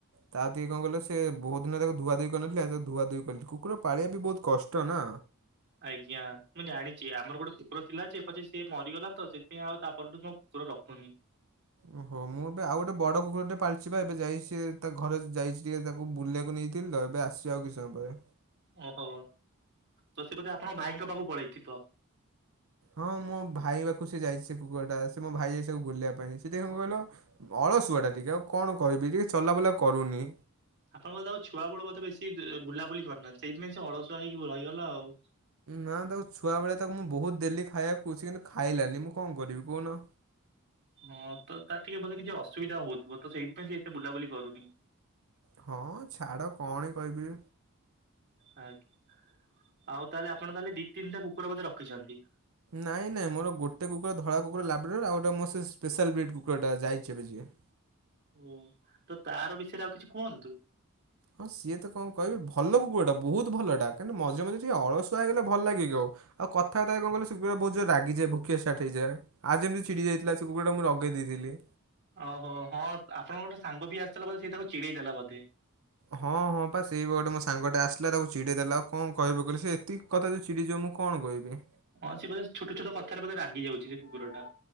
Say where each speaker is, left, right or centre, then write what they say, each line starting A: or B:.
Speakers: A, on the right; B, on the right.
A: ତା ଟେ କଣ କହିଲ ସେ ବହୁତ ଦିନ ତାକୁ ଧୁଆ ଧୁଇ କରିନଥିଲି ଆଜି ତାକୁ ଧୁଆ ଧୋଇ କଲି କୁକୁର ପାଳିବା ଟା ବି ବହୁତ କଷ୍ଟ ନା।
B: ଆଜ୍ଞା ମୁଁ ଜାଣିଛି ଆମର ଗୋଟେ କୁକୁରଥିଲା ଯେ ପଛେ ସିଏ ମରିଗଲା ତ ସେଥିାଇଁ ଆଉ ତାପଠୁ ମୁଁ ଆଉ କୁକୁର ରଖୁନି।
A: ଓହୋ ମୁଁ ଏବେ ଆଉ ଗୋଟେ ବଡ କୁକୁରଟେ ପାଳଛିିବା ଏବେ ଯାଇଚିସେ ତା ଘରେ ଯାଇଛି ଟିକେ ତାକୁ ବୁଲେଇବାକୁ ନେଇ ଥିଲ ତ ଏବେ ଆସିବ ଆଉ କିଛି ସମୟ ପରେ।
B: ଓ ହୋ ତ ସିଏ ବୋଧେ ଆପଣଙ୍କ ଭାଇଙ୍କ ପାଖକୁ ପଳେଇଥିବ।
A: ହଁ ମୋ ଭାଇ ପାଖକୁ ସିଏ ଯାଇଚି ସେ କୁକୁରଟା ସେ ମୋ ଭାଇ ଯାଇଚି ତାକୁ ବୁଲେଇବା ପାଇଁ ସିଏ ଟିକେ କଣ କହିଲ ଅଳସୁଆଟା ଟିକେ ଆଉ କଣ କହିବି ଟିକେ ଚଲାବୁଲା କରୁନି।
B: ଆପଣଙ୍କ ଯେତେବେଳ ଛୁଆବେଳୁ ବୋଧେ ବେଶି ଦେ ବୁଲାବୁଲି କରିନାହାନ୍ତି ସେଇଥିପାଇଁ ସେ ଅଳସୁଆ ହେଇକି ରହିଗଲା ଆଉ।
A: ନା ତାକୁ ଛୁଆବେଳେ ତାକୁ ମୁଁ ବହୁତ ଦେଲି ଖାଇଆକୁ ସିଏ କିନ୍ତୁ ଖାଇଲାନି ମୁଁ କଣ କରିବି କହୁନ?
B: ହଁ ତ ତାର ଟିକେ ବୋଧେ କିଛି ଅସୁବିଧା ହଉଥିବ ତ ସେଇଥିପାଇଁ ସିଏ ଏତେ ବୁଲାବୁଲି କରୁନି।
A: ହଁ ଛାଡ କଣ ବି କହିବି।
B: ଆ ଆଉ ତାହେଲେ ଆପଣ ତାହେଲେ ଦି ତିନିଟା କୁକୁର ବୋଧେ ରଖିଛନ୍ତି।
A: ନାଇଁ ନାଇଁ ମୋର ଗୋଟେ କକୁର ଧଳା କୁକୁର ଲାବ୍ରିଡୋର୍ ଆଉ ଗୋଟେ ମୋ ସେ ସ୍ପେଶାଲ୍ ବ୍ରିଡ୍ କୁକୁରଟା ଯାଇଛି ଏବେ ଯିଏ।
B: ଓ ତ ତାର ବିଷୟରେ ଆଉ କିଛି କୁହନ୍ତୁ?
A: ହଁ ସିଏ ତ କଣ କହିବି ଭଲ କୁକୁରଟା ବହୁତ ଭଲଟା କାନି ମଝିରେ ମଝିରେ ଟିକେ ଅଳସୁଆ ହେଇଗଲେ ଭଲ ଲାଗିବକି ଆଉ। ଆଉ କଥାବାର୍ତ୍ତା କଣ କଇଲ ସେ ପୁରା ବହୁତ ଯୋରରେ ରାଗିଯାଏ ଭୁକିବା ଷ୍ଟାଟ୍ ହେଇଯାଏ। ଆଜି ହେମିତି ଚିଡ଼ି ଯାଇଥିଲା ସେ କକୁରଟା ମୁଁ ରଗେଇ ଦେଇଥିଲି।
B: ଓହୋ ହଁ ଆପଣଙ୍କର ଗୋଟେ ସାଙ୍ଗ ବି ଆସିଥିଲା ବୋଧେ ସେ ତାକୁ ଚିଡେଇ ଦେଲା ବୋଧେ।
A: ହଁ ହଁ ପା ସେଇ ବଟ ମୋ ସାଙ୍ଗଟା ଆସିଲା ତାକୁ ଚଡ଼େଇଦେଲା ଦେଲା ଆଉ କଣ କହିବ କହିଲ ସେ ଏତିିକି ସେ କଥା ଯଦି ଚିଡ଼ି ଯିବ ମୁଁ କଣ କହିବି?
B: ହଁ ସେ ବୋଧେ ଛୋଟ ଛୋଟ କଥାରେ ବୋଧେ ରାଗି ଯାଉଛି ସେ କୁକୁରଟା।